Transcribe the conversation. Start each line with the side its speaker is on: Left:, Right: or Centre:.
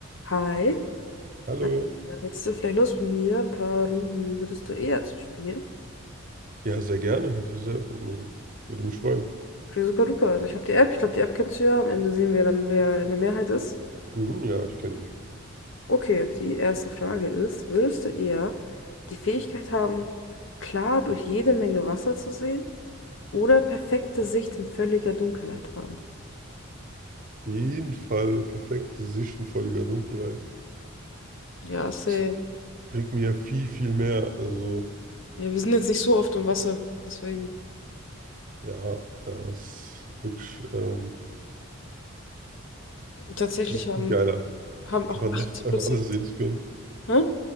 Left: Hi,
Right: Hallo.
Left: äh, hättest du vielleicht Lust mit mir ein paar Runden würdest du eher zu spielen?
Right: Ja, sehr gerne. Hätte ich sehr, also, würde mich freuen.
Left: Okay, super duper. Also ich habe die App, ich glaube, die App kennst du ja. Am Ende sehen wir dann, wer in der Mehrheit ist.
Right: Mhm, ja, ich kenne dich. Auf
Left: Okay, die erste Frage ist, würdest du eher die Fähigkeit haben, klar durch jede Menge Wasser zu sehen oder perfekte Sicht in völliger Dunkelheit haben?
Right: jeden Fall perfekte Sicht in völliger Dunkelheit.
Left: Ja, safe.
Right: Es bringt mir viel, viel mehr. Also,
Left: Ja, wir sind jetzt nicht so oft im Wasser, deswegen.
Right: ja, ja, es ist wirklich, ähm,
Left: Tatsächlich
Right: es ist
Left: haben,
Right: viel geiler.
Left: haben
Right: Einfach
Left: auch
Right: nachts
Left: 80%.
Right: einfach alles sehen zu können.
Left: Hä?